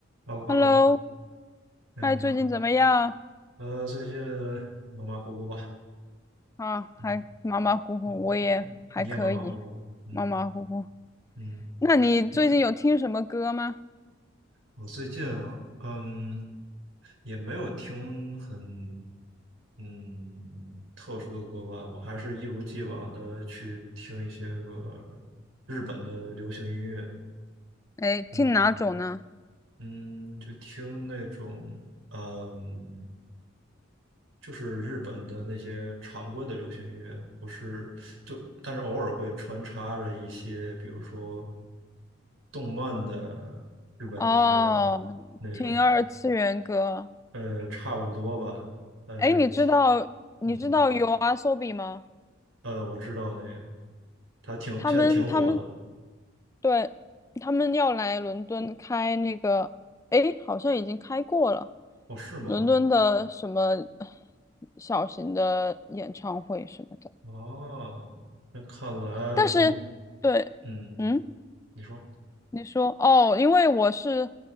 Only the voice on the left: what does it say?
Hello，
哎，
最近怎么样？
啊，
还马马虎虎，
我也还可以，
马马虎虎。
那你最近有听什么歌吗？
哎，听哪种呢？
哦，
听二次元歌。
哎，你知道你知道
YOASOBI 吗？
他们他们对，他们要来伦敦开那个，哎，好像已经开过了，
伦敦的什么小型的演唱会什么的。
但是，对，
嗯，
你说哦，因为我是，